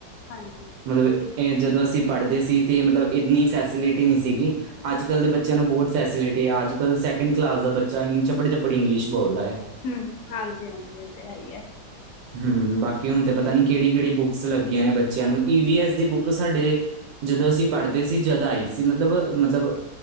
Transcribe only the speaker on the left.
ਹਾਂਜੀ
ਜੀ
ਹੂੰ ਹਾਜੀ-ਹਾਜੀ ਏ ਤੇ ਹੈਈ ਐ।